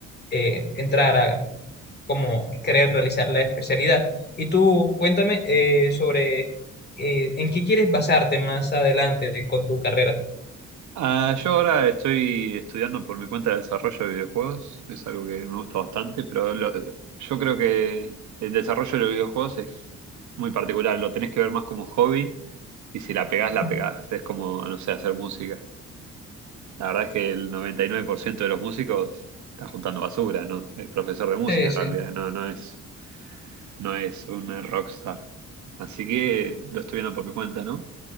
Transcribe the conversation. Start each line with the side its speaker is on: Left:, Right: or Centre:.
Left: eh, entrar a como querer realizar la especialidad. Y tú, cuéntame eh, sobre eh, en qué quieres basarte más adelante con tu carrera.
Right: Ah, yo ahora estoy estudiando por mi cuenta de desarrollo de videojuegos, es algo que me gusta bastante, pero lo- yo creo que el desarrollo de los videojuegos es muy particular, lo tenés que ver más como hobby y si la pegás, la
Left: Ujú.
Right: pegás, es como, no sé, hacer música. La verdad es que el 99% de los músicos está juntando basura, ¿no? Es profesor de música
Left: Sí,
Right: en
Left: sí.
Right: realidad, no, no es, no es un rockstar. Así que lo estoy viendo por mi cuenta, ¿no?